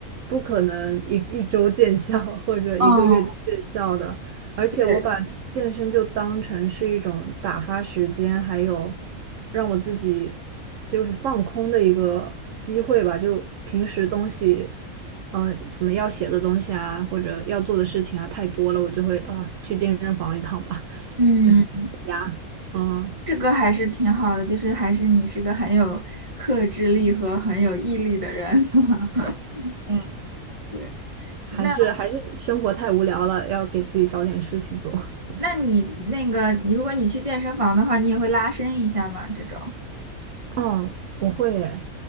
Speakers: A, on the right (about 65°); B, on the right (about 25°).
A: 不可能一一周见效 <laughs> 或者一个月就见效的。
B: 哦，
A: 而且我把健身就当成是一种打发时间，
B: 对，
A: 还有让我自己就是放空的一个机会吧。就平时东西，嗯、什么要写的东西啊，或者要做的事情啊，太多了，我就会啊去健身房一趟吧。<laughs>
B: 嗯，
A: 呀，嗯。
B: 这个还是挺好的，就是还是你是个很有克制力和很有毅力的人。<laughs> 嗯，对。
A: 还是还是生活太无聊了，
B: 那。
A: 要给自己找点事情做。<laughs>
B: 那你那个，如果你去健身房的话，你也会拉伸一下吗？这种，
A: 哦，我会耶，